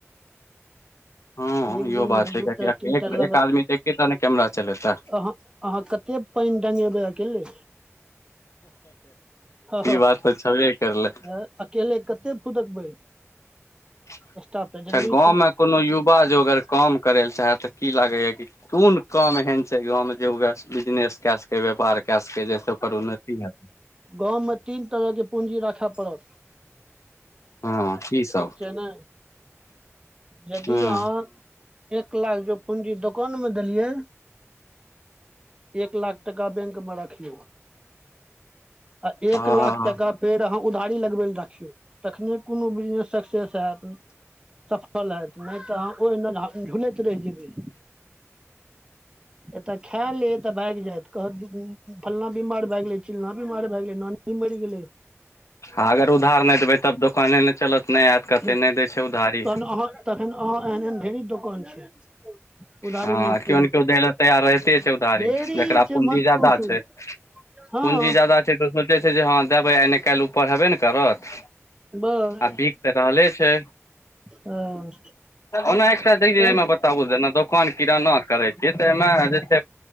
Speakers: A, on the left (about 75°); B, on the right (about 20°).
A: हँ
B: एक
A: इहो
B: दिन
A: बात
B: मे
A: छै
B: दूटा
A: कियाकि
B: तीनटा लगन
A: एक आदमी तऽ एकेटा न कैमरा चलेतै
B: अहाँ कते पानि डंगेबै अकेले हँ
A: ई बात तऽ छबे करलै
B: हँ अकेले कते फुदकबै
A: अच्छा
B: स्टाफ तऽ जरूरी
A: गाँव
B: छै
A: मे कोनो युवा जो अगर काम करय लए चाहे त की लागैए कि कोन काम एहन छै गाँवमे जेएह बिजनेस कए सकै व्यापार कए सकै जे ओकर उन्नति हेतै
B: गाँवमें तीन तरहके पूँजी राखय पड़त
A: हँ की सब
B: ठीक छै ने यदि
A: हूँ
B: अहाँ एक लाख जो पूंजी दोकान में देलियै एक लाख टका बेंक मे रखियौ आ एक
A: हँ
B: लाख टका फेर अहाँ उधारी लगबै ल राखियौ तखने कोनो बिजनेस सक्सेस हेयत सफल हेयत नहि तऽ ओहिना झुलैत रहि जेबै एतय खा लेत भागि जायत कहत की फल्लना बीमार भए गेलै चिल्लना बीमार भए गेलै नानी मरि गेलै
A: अगर उधार नहि देबै तब दोकाने नहि चलत नहि आयत कहते
B: नहि
A: दै छै उधारी
B: तहन अहाँ तखन अहाँ एहन एहन ढेरी दोकान छै उधारी
A: हँ
B: नहि
A: केओ
B: देबै
A: ने केओ
B: तऽ
A: दै ल तैयार रहिते छै उधारी
B: ढेरी
A: जकरा
B: छै
A: पूँजी
B: मत
A: ज्यादा
B: पूछू
A: छै
B: हँ
A: पूंजी ज्यादा छै तऽ सोचै छै जे हँ देबै आय न काल्हि उपर हेबे न करत
B: बस
A: आ बिक तऽ रहले छै
B: हँ
A: ओना एकस्ट्रमे
B: चल
A: बताबू देना दुकान किराना करै छै तऽ एमे जे छै